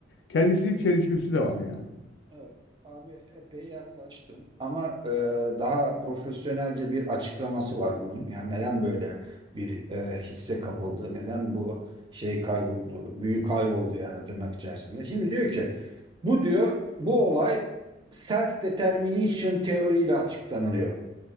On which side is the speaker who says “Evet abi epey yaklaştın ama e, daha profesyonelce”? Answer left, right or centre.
Right